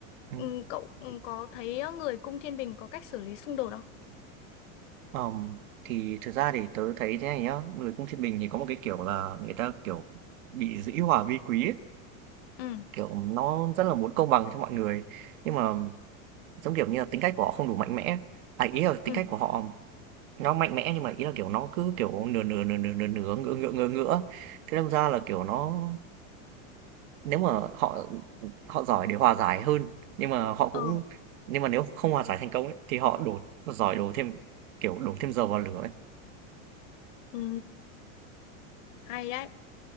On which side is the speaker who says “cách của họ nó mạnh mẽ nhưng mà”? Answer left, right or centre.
Right